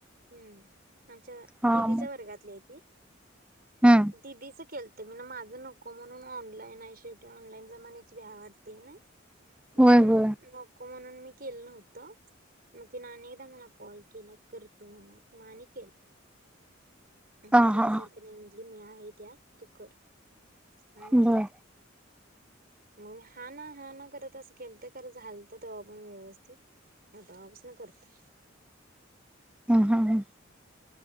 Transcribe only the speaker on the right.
हम्म आमच्या
दिदीच्या
वर्गातलीय.
दिदीच केलत मी. माझं नको म्हणून ऑनलाईन आहे शेवटी. ऑनलाईन जमाची भ्याव वाटतीय नाही. म्हणून
नक को म्हणून मी केलं नव्हतं. मग तिने आणि एकदा मला कॉल केला. कर तू म्हणून. म आणि केलं. काय
भ्यायसारखं
नाही म्हटली. मी आहे त्यात. तू कर. आणि
केल. मग मी हा ना, हा ना करत असं केलत. खरं झालत तेव्हा पण व्यवस्थित. तवापासन करतोय.